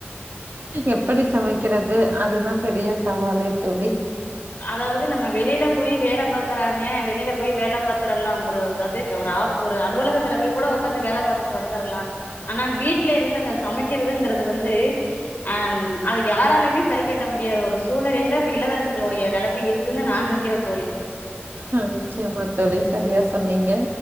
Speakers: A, on the right (about 55°); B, on the left (about 55°).
A: எப்படி சமைக்குறது அதுதான் பெரிய சவாலே தோழி
B: அதாவது நம்ம வெளில போய் வேல பாக்குறாங்க வெளில போய் வேல பாத்துரலாம் கூட எதாது ஒரு அ ஒரு அலுவலகத்துல கூட உக்காந்து வேல பாத்துட்டு வந்தரலாம் ஆனா வீட் ட்ல இருந்து அந்த சமைக்கிறதுங்குறது வந்து அம் அத யாராலுமே சரி கட்ட முடியாத ஒரு சூழ்நிலைல்ல இப்ப இல்லத்தரசி சிகளுடைய நெலமை இருக்குன்னு நா நெனைக்கிறேன் தோழி
A: ஆ நிச்சியமா தோழி சரியா சொன்னீங்க